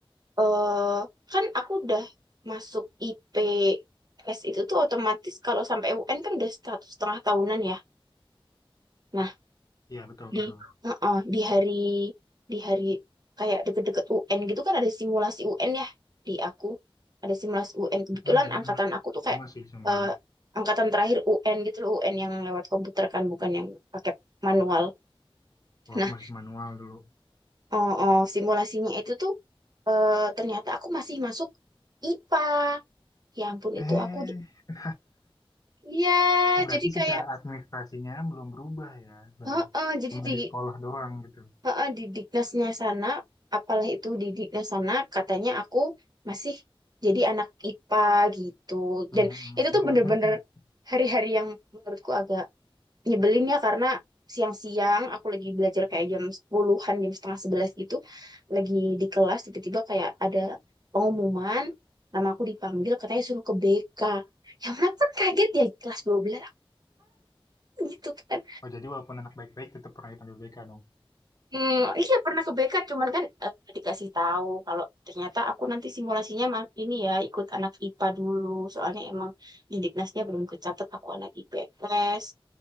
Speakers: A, on the right (about 45°); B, on the left (about 40°).
A: eh kan aku udah masuk IPS itu tuh otomatis kalau sampai UN kan udah satu setengah tahunan ya. Nah,
B: Iya betul
A: di
B: betul
A: heeh, di hari di hari kayak deket-deket UN gitu kan ada simulasi UN ya di aku. Ada simulasi UN. Kebetulan
B: Mm-mm, mm-mm.
A: angkatan aku tuh kayak
B: Aku masih cuma
A: eh, angkatan terakhir UN gitu loh, UN yang lewat komputer kan bukan yang pakai manual.
B: oh,
A: Nah,
B: aku masih manual dulu
A: eh, eh, simulasinya itu tuh eh, ternyata aku masih masuk IPA. Ya ampun
B: eh
A: itu aku Iya,
B: <laughs> oh, berarti
A: jadi kayak
B: secara administrasinya belum berubah ya baru
A: heeh, jadi
B: cuma
A: di
B: di sekolah doang gitu
A: heeh, di Diknasnya sana, apalah itu di Diknas sana katanya aku masih jadi anak IPA gitu.
B: Mm-mm.
A: Dan itu tuh bener-bener
B: <laughs>
A: hari-hari yang menurutku agak nyebelin ya karena siang-siang aku lagi belajar kayak jam 10 jam setengah 11 gitu, lagi di kelas tiba-tiba kayak ada pengumuman nama aku dipanggil katanya suruh ke BK. Yang mana kan kaget ya kelas 12 aku gitu kan.
B: Oh jadi walaupun anak baik-baik tetap pernah dipanggil BK dong.
A: Hmm, iya pernah ke BK, cuman kan eh, dikasih tahu kalau ternyata aku nanti simulasinya mah ini ya ikut anak IPA dulu, soalnya emang di Diknasnya belum kecatet aku anak IPS.